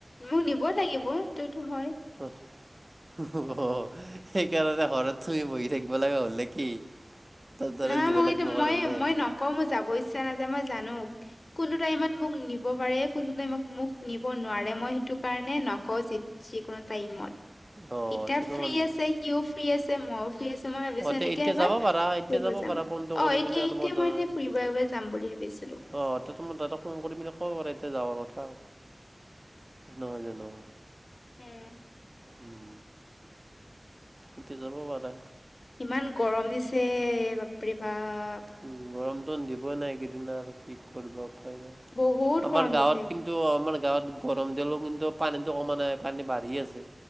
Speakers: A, on the left; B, on the right.
A: মোৰ নিব লাগিব সেইটো টো হয়
B: অহ অ সেইকাৰণে হৰত তুমি বহি থাকিব লগা হ'ল নে কি তাত তাৰে
A: নহয়
B: নিব
A: মোক
B: লাগিব
A: এইটো
B: কাৰণে
A: মইয়ে মই নকওঁ মই যাব ইচ্ছা নাযায় মই জানো কোনো টাইমত মোক নিব পাৰে কোনো টাইমত মোক নিব নোৱাৰে মই সেইটো কাৰণে নকওঁ যি যিকোনো টাইমত
B: অ
A: ইতয়া
B: তে তোমাৰ
A: ফ্ৰী আছে সিও ফ্ৰী আছে মইও ফ্ৰী আছে মই ভাবিছো
B: অ তে
A: এনেকে
B: এতিয়া
A: এবাৰ
B: যাব পাৰা এতিয়া
A: ফুৰিব
B: যাব
A: যাম
B: পাৰা ফোনটো কৰি
A: অ এতিয়া
B: পিনে
A: এতিয়া
B: তোমাৰ দা
A: মই এনে ফুৰিব যাম বুলি ভাবিছিলো
B: অ, তো মই তহতে ফোন কৰি মেলি ক' বাৰু এতিয়া যাবৰ কথা নহয় জানো।
A: উম,
B: উম, এতিয়া যাব পা
A: ইমান গৰম দিছে বাপৰি বাপ।
B: উম গৰমটো দিবই নাইকেইদ কি কৰিব উপ নাই
A: বহুত
B: আমাৰ
A: গৰম
B: গাৱত
A: দিছে
B: কিন্তু আমাৰ গাৱত গৰম দিলোও কিন্তু পানীতো কমা নাই পানী বাঢ়ি আছে।